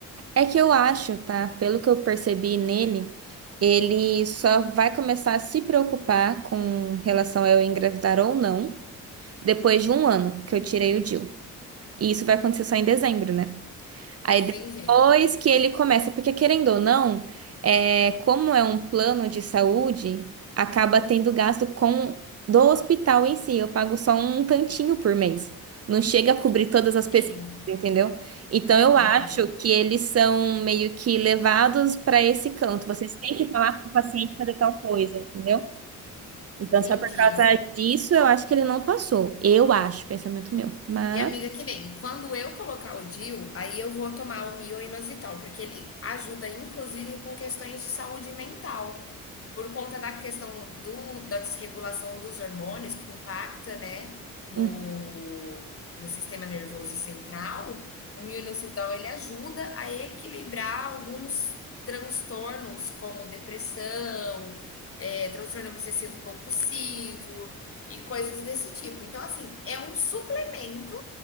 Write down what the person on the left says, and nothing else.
Entendi.
Sim,
entendi.
Entendi.
E amiga, que nem, quando eu colocar o DIU, aí eu vou tomar o mioinositol, porque ele ajuda inclusive com questões de saúde mental. por conta da questão do, da desregulação dos hormônios que impacta, né, no,
no sistema nervoso central, o mioinositol ele ajuda a equilibrar alguns transtornos como depressão, é, transtorno obsessivo compulsivo e coisas desse tipo. Então, assim, é um suplemento